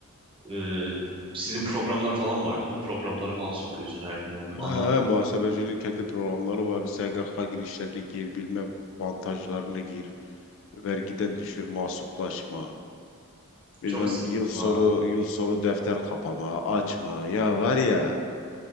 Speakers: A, on the right (about 25°); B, on the left (about 60°).
A: Ee, sizin programlar falan var değil mi? Programları falan sokuyorsun her gün onun
B: He,
A: analizini.
B: muhasebecinin kendi programları var. SGK girişlerini gir, bilmem avantajlarını gir, vergiden düşür, mahsuplaşma, bilmem
A: Çok sıkıntı
B: yıl sonu
A: lan.
B: yıl sonu defter kapama, açma. Ya var ya,